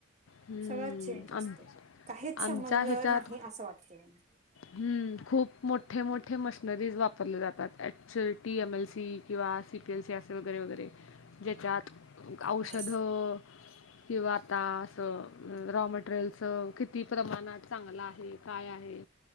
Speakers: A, on the left; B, on the right.
A: हम्म
B: सगळंत चेंज असतय,,
A: आम
B: काहीच संबंध
A: आमच्या ह्याच्यात
B: नाही असं वाटतय मला.
A: हम्म खूप मोठे मोठे मशनरीज वापरले जातात, H T M L C किंवा सी पी एल सी असे वगैरे वगैरे,, ज्याच्यात औषधं
B: हम्म
A: किंवा तास रॉ मटेरियलचं किती प्रमाणात चांगलं आहे? काय आहे?